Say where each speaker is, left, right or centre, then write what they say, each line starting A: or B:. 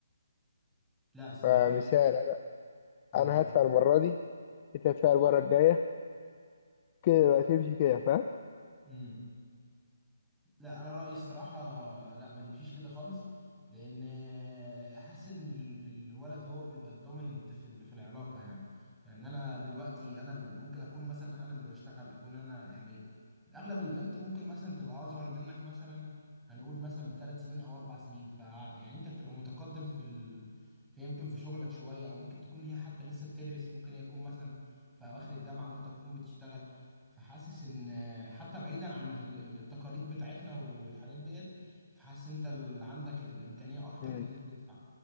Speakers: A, in the centre; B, on the left.
A: لا الصراحة
B: فمثال
A: انا
B: انا
A: امم
B: انا هدفع المره دي انت هتدفع المره الجايه كده بقى تمشي كده فاهم
A: امم لا انا رايي الصراحه لا ما تمشيش كده خالص لان حاسس ان ال- الولد هو بيبقى الدوميننت في ال- في العلاقه يعني يعني انا دلوقتي انا اللي ممكن اكون مثلا انا اللي بشتغل اكون انا يعني اغلب البنت ممكن مثلا تبقى اصغر منك مثلا هنقول مثلا بثلاث سنين او اربع سنين ف يعني انت بتبقى متقدم في ال... في يمكن في شغلك شويه او ممكن تكون هي حتى لسه بتدرس ممكن هي تكون مثلا في اواخر الجامعه وانت تكون بتشتغل فحاسس ان حتى بعيدا عن ال- ال- التقاليد بتاعتنا والحاجات ديت فحاسس انت اللي عندك الامكانيه اكتر
B: إمم.
A: ان انت تدفع